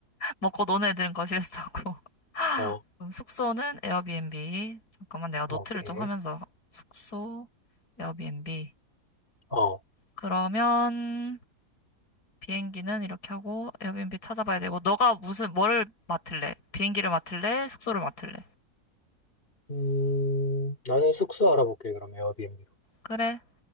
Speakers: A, on the left; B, on the left.
A: 먹고 노는 애들은 거실에서 자고. <laughs>
B: 어, 어,
A: 그럼 숙소는 에어비앤비. 잠깐만 내가 노트를
B: 오케이.
A: 좀 하면서 숙소, 에어비앤비.
B: 어.
A: 그러면 비행기는 이렇게 하고 에어비앤비 찾아봐야 되고 너가 무슨 뭐를 맡을래? 비행기를 맡을래? 숙소를 맡을래?
B: 음, 나는 숙소 알아볼게, 그럼 에어비앤비로.
A: 그래.